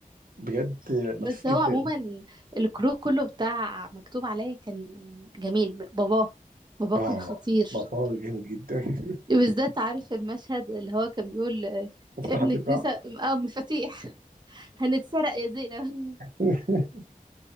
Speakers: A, on the right (about 75°); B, on the right (about 30°).
A: بجد لطيف
B: بس
A: جدا
B: هو عموما الكرو كله بتاع مكتوب عليا كان جميل باباه باباه
A: اه
B: كان خطير
A: بابا جامد جدا <laughs>
B: وبالذات عارف المشهد اللي هو كان بيقول آه،
A: مفتاح
B: ابنك
A: الدفاع
B: نسى اه مفاتيح هنتسرق يا زينب
A: <laughs>